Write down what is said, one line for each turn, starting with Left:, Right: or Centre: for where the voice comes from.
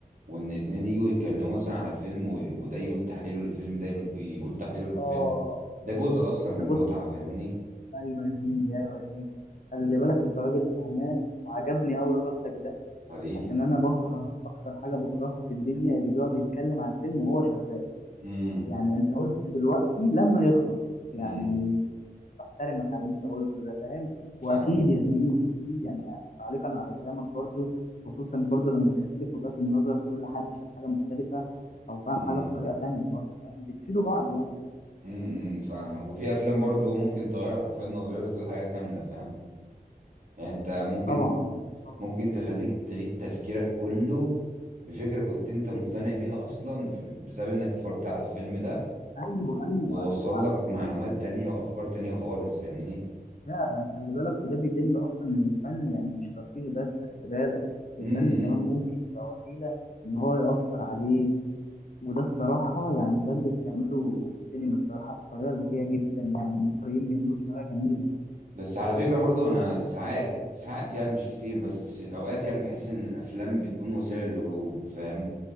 Right: وان اتنين يجوا يتكلموا مثلا على الفيلم و- وده يقول تحليله للفيلم ده يقول يقول تحليله للفيلم
Left: آه آه
Right: ده جزء اصلا
Left: أنت
Right: من
Left: بص
Right: المتعة فاهمني
Left: أيوه يا زميلي أيوه يا زميلي خلي بالك أنت راجل فهمان وعجبني أوي ردك ده
Right: حبيبي
Left: عشان أنا بكره أكتر حاجة بكرهها في الدنيا اللي بيقعد يتكلم عن الفيلم وهو شغال
Right: امم
Left: يعني انت قلت دلوقتي لما يخلص
Right: امم
Left: يعني احترمك على اللي انت قلته ده فاهم
Right: فاهم
Left: واكيد يا زميلي اكيد يعني يعني تعليقا على كلامك برضو خصوصا برضو لما تختلف وجهات النظر كل حد شاف حاجة مختلفة او فاهم
Right: امم
Left: حاجة بطريقة تانية برضو فاهم بتفيدوا بعض يعني
Right: امم فاهم وفي افلام برضه ممكن تغير حرفيا نظرتك للحاجة كاملة فاهم يعني انت ممكن
Left: طبعا طبعا
Right: ممكن تخليك تعيد تفكيرك كله في فكرة كنت انت مقتنع بيها اصلا ف- بسبب انك اتفرجت على الفيلم ده
Left: ايوه
Right: ووصل
Left: ايوه ايوه على
Right: لك
Left: فكرة
Right: معلومات تانية وافكار تانية خالص فاهمني
Left: فعلا خلي بالك وده بيدل اصلا ان الفن يعني مش ترفيه بس خلي بالك
Right: امم
Left: الفن كمان ممكن يبقى وسيلة ان هو يأثر عليك وده الصراحة يعني ده اللي بتعمله السينما الصراحة بطريقة ذكية جدا يعني المخرجين بيعملوه بطريقة جميلة
Right: بس على فكرة برضو انا ساعات ساعات يعني مش كتير بس اوقات يعني بحس ان الافلام بتكون وسيلة للهروب فاهم